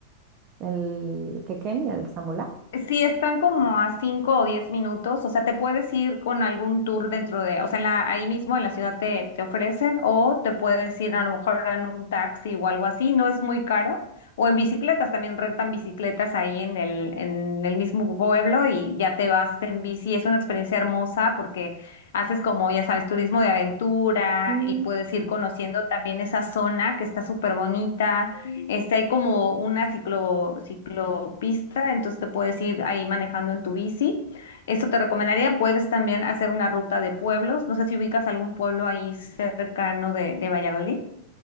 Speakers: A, on the right; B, on the left.
A: el Quequén y el Samulá?
B: Sí, están como a 5 o 10 minutos, o sea, te puedes ir con algún tour dentro de, o sea, en la, ahí mismo en la ciudad te, te ofrecen o te puedes ir a lo mejor en un taxi o algo así, no es muy caro, o en bicicletas, también rentan bicicletas ahí en el, en el mismo pueblo y ya te vas en bici, es una experiencia hermosa porque haces como, ya sabes, turismo de aventura
A: Mm,
B: y puedes ir conociendo también esa zona que está súper bonita. Este, hay como una ciclo, ciclopista, entonces te puedes ir ahí manejando en tu bici. Eso te recomendaría. Puedes también hacer una ruta de pueblos. No sé si ubicas algún pueblo ahí cercano de, de Valladolid.